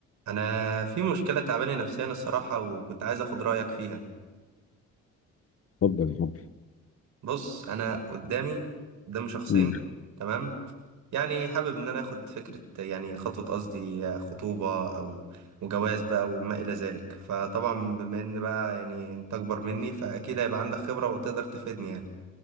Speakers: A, on the right; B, on the left.
A: انا في مشكله تعباني نفسيا الصراحه وكنت عايز اخد رايك فيها
B: اتفضل يا حبيبي
A: بص انا قدامي قدامي شخصين
B: مم.
A: تمام يعني حابب ان انا اخد فكره يعني خطوه قصدي خطوبه او وجواز بقى وما الى ذلك فطبعا بما ان بقى يعني انت اكبر مني فاكيد هيبقى عندك خبره وتقدر تفيدني يعني